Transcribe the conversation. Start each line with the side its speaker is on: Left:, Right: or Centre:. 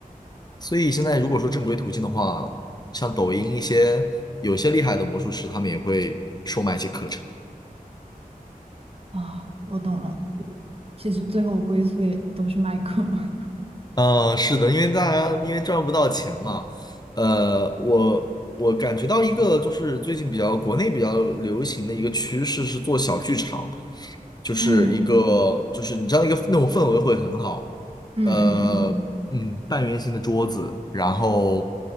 Left: 所以现在如果说正规途径的话，像抖音一些有些厉害的魔术师，他们也会售卖一些课程。
Right: 啊，我懂了。其实最后归宿也都是麦克。<laughs>
Left: 嗯，是的，因为大家因为赚不到钱嘛，呃，我我感觉到一个就是最近比较国内比较流行的一个趋势是做小剧场。就是一个就是你知道那个那种氛围会很好，
Right: 嗯嗯嗯嗯
Left: 呃，嗯，半圆形的桌子，然后